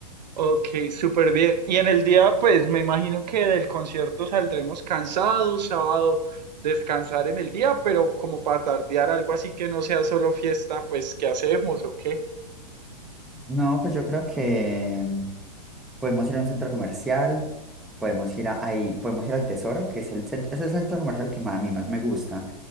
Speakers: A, on the right (about 80°); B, in the centre.
A: Ok, súper bien. Y en el día, pues me imagino que del concierto saldremos cansados, sábado descansar en el día, pero como para tardear algo así que no sea solo fiesta, pues ¿qué hacemos o qué?
B: No, pues yo creo que Podemos ir a un centro comercial, podemos ir a, ahí, podemos ir al Tesoro, que es el centro, es el centro comercial que más- a mí más me gusta.